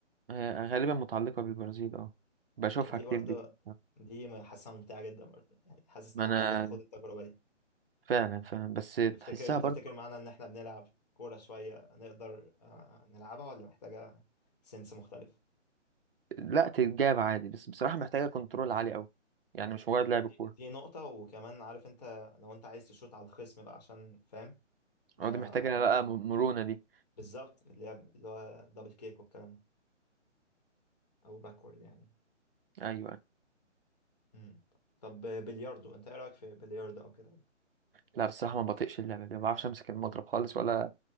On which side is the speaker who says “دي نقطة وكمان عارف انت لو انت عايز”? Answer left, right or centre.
Left